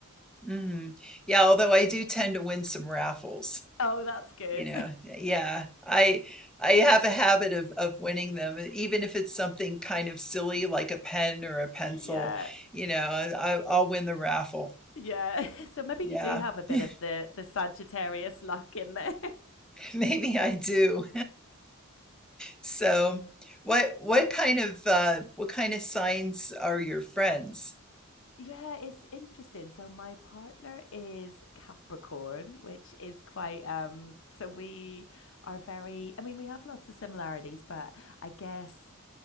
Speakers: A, in the centre; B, on the left.
A: hmm Yeah, although I do tend to win some raffles,
B: <laughs> oh, that's good.
A: you know. Yeah. I I have a habit of of winning them, e, even if it's something kind of silly like a pen or a pencil,
B: <laughs> yeah.
A: you know, I, I- I'll win the raffle.
B: Yeah, so maybe
A: Yeah.
B: you do have a bit
A: <laughs>
B: of the the Sagittarius luck in there.
A: Maybe I do. So, what what kind of uh, what kind of signs are your friends?
B: Yeah, it's interesting. So my partner is Capricorn, which is quite um so we are very I mean we have lots of similarities, but I guess